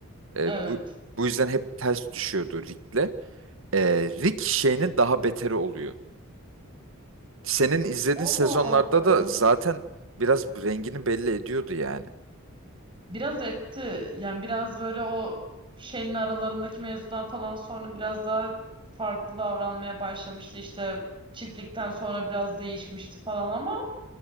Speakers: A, on the right (about 65°); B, on the right (about 25°).
A: E,
B: Evet.
A: bu bu yüzden hep ters düşüyordu Rick'le. E, Rick şeyinin daha beteri oluyor. Senin izlediğin
B: Allah
A: sezonlarda
B: Allah.
A: da zaten biraz rengini belli ediyordu yani.
B: Biraz etti. Yani biraz böyle o şeyin aralarındaki mevzudan falan sonra biraz daha farklı davranmaya başlamıştı. İşte çiftlikten sonra biraz değişmişti falan ama